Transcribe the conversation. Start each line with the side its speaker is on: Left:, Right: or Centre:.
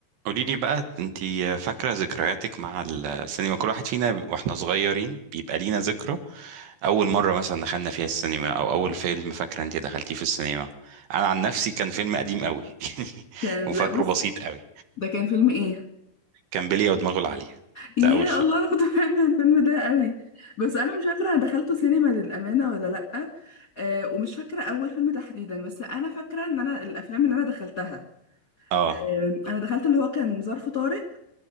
Right: قولي لي بقى انتي فاكرة ذكرياتك مع السينما كل واحد فينا واحنا صغيرين بيبقى لينا ذكرى أول مرة مثلا دخلنا فيها السينما أو أول فيلم فاكرة انتي دخلتيه في السينما أنا عن نفسي كان فيلم قديم قوي <laughs> يعني
Left: كان
Right: وفاكره
Left: لا بس
Right: بسيط قوي
Left: ده كان فيلم ايه
Right: كان بلية ودماغه العالية
Left: يا
Right: ده أول فيلم
Left: الله انا كنت <laughs> بحب الفيلم ده قوي بس انا مش فاكره انا دخلته سينما للامانه ولا لا آه ومش فاكره اول فيلم تحديدا بس انا فاكره ان انا الافلام اللي انا دخلتها
Right: اه
Left: آه انا دخلت اللي هو كان ظرف طارق